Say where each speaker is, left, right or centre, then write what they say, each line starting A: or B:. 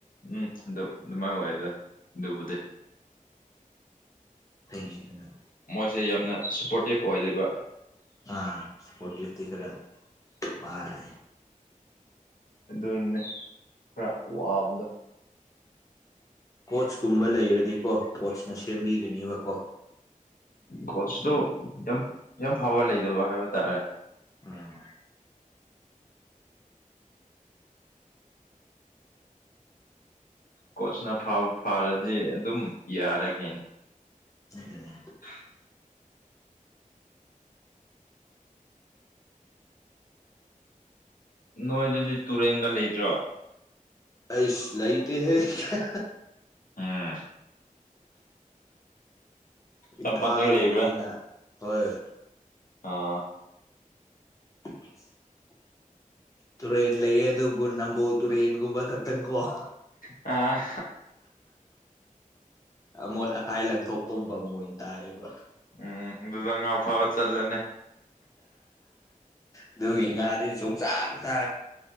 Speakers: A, on the left; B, on the left.
A: ꯎꯝ ꯑꯗꯨ ꯑꯗꯨꯃꯥꯏꯅ ꯑꯣꯏꯗ ꯑꯗꯨꯕꯨꯗꯤ
B: ꯊꯩꯒꯤꯅ
A: ꯁꯦ ꯌꯥꯝꯅ ꯁꯄꯣꯔꯇꯤꯞ ꯑꯣꯏꯕ
B: ꯑꯥ ꯁꯄꯣꯇꯤꯇꯤ ꯈꯔꯔꯦ
A: ꯑꯗꯨꯅꯦ ꯈꯔ ꯋꯥꯕꯗꯣ
B: ꯀꯣꯆꯀꯨꯝꯕ ꯂꯩꯔꯗꯤꯀꯣ ꯄꯣꯆꯅ ꯁꯦꯝꯕꯤꯒꯅꯦꯕꯀꯣ
A: ꯀꯣꯁꯇꯣ ꯌꯥꯝ ꯌꯥꯝ ꯐꯕ ꯂꯩꯗꯕ ꯍꯥꯏꯕ ꯇꯥꯔꯦ
B: ꯎꯝ
A: ꯀꯣꯆꯅ ꯐꯥ ꯐꯥꯔꯗꯤ ꯑꯗꯨꯝ ꯌꯥꯔꯒꯦꯅꯦ
B: <unintelligible>
A: <unintelligible> ꯅꯣꯏꯗꯗꯤ ꯇꯨꯔꯦꯟꯒ ꯂꯩꯇ꯭ꯔꯣ
B: ꯄꯩꯁ ꯂꯩꯥꯏꯇ ꯍ ꯀ
A: ꯑꯥ
B: ꯏꯝꯐꯥꯜ
A: ꯇꯝꯄꯥꯛꯇ
B: ꯑꯣꯏꯕꯅꯤꯅ
A: ꯂꯩꯕ꯭ꯔꯥ
B: ꯍꯣꯏ
A: ꯑ
B: <unintelligible> ꯇꯨꯔꯦꯟ ꯂꯩꯌꯦ ꯑꯗꯨꯕꯨ ꯅꯝꯕꯣꯜ ꯇꯨꯔꯦꯟꯒꯨꯝꯕ ꯈꯛꯇꯪ ꯀꯣ
A: ꯑꯝ
B: ꯑꯃꯣꯠ ꯑꯀꯥꯏ ꯂꯪꯊꯣꯛꯄꯨꯝꯕ ꯑꯃ ꯑꯣꯏꯅ ꯇꯥꯏꯌꯦꯕ
A: ꯎꯝ ꯑꯗꯨꯗꯨꯗ ꯉ ꯑꯐꯥꯕ ꯆꯜꯂꯅꯦ
B: ꯑꯗꯨ ꯍ ꯉꯥꯗꯤ ꯁꯨ ꯆꯥ ꯆ